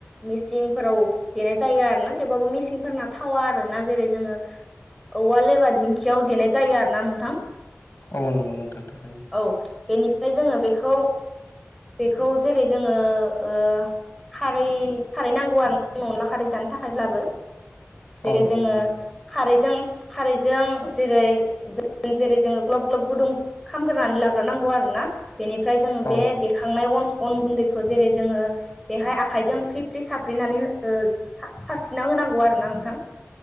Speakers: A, in the centre; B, on the left (about 55°).
A: मेसिंफोराव देनाय जायो आरोना थेवबाबबो मेसिंफोरना थावा आरोना जेरै जोङो औवाल एबा दिंखियाव देनाय जायो आरोना नोंथां
B: औ नंगौ नोंथां थारैनो
A: औ बेनिफ्राय जोङो बेखौ बेखौ जेरै जोङो ओ खारै खारै नांगौ आरोना अनला खारै जानो थाखायब्लाबो जेरै
B: औ नंगौ
A: जोङो
B: नोंथां
A: खारैजों खारैजों जेरै जेरै जोङो ग्लब ग्लब गुदुं खामग्रोनानै लाग्रोनांगौ आरोना बेनिफ्राय जोङो
B: औ
A: बे देखांनाय अन अन गुन्दै खौ जेरै जोङो बेहाय आखाइजों फ्रि फ्रि साफ्रिनानै ओ सारस्रिना होनांगौ आरोना नोंथां